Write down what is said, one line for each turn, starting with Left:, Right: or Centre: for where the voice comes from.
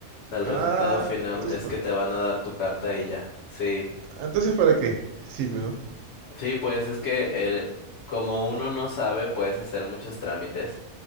Left: O sea, el
Right: Ah,
Left: resultado final
Right: entonces
Left: es
Right: ¿para
Left: que
Right: qué?
Left: te van a dar tu carta y ya. Sí,
Right: Entonces ¿para qué? Sí, pero
Left: sí, pues es que el- como uno no sabe, puedes hacer muchos trámites.